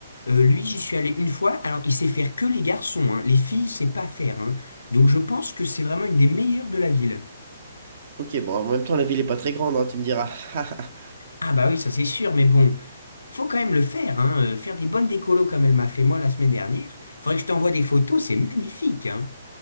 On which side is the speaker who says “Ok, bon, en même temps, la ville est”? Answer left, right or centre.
Right